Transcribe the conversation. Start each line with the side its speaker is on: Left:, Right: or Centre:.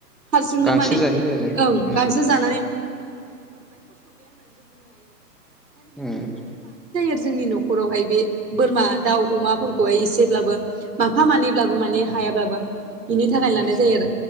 Right: हारसिंनो
Centre: गांसो
Right: माने
Centre: जायो आरो
Right: ओं
Centre: उम
Right: गांसो <unintelligible> जायो
Centre: उम
Right: जोंनि न'खरावहाय बे बोरमा दाउ अमाफोरखौहाय एसेब्लाबो माफा मानैब्लाबो माने हायाब्लाबो बिनि थाखायनो लानाय
Centre: उम
Right: जायो आरो